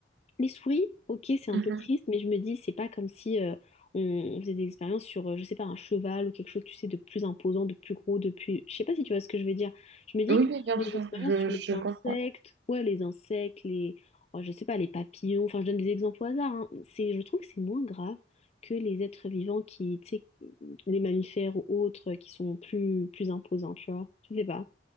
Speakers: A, on the left; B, on the right.
A: Les souris, ok, c'est un
B: Mhm.
A: peu triste, mais je me dis, c'est pas comme si euh, on, on faisait des expériences sur, euh, je sais pas, un cheval ou quelque chose, tu sais, de plus imposant, de plus gros, de plus... Je sais pas si tu vois ce que je veux dire. Je me dis
B: Oui,
A: que
B: oui, bien
A: les
B: sûr,
A: expériences
B: je,
A: sur
B: je
A: les insectes,
B: comprends.
A: ouais, les insectes, les... oh, je sais pas, les papillons, enfin, je donne des exemples au hasard, hein. C'est, je trouve que c'est moins grave que les êtres vivants qui, tu sais, les mammifères ou autres, qui sont plus, plus imposants, tu vois. Je sais pas.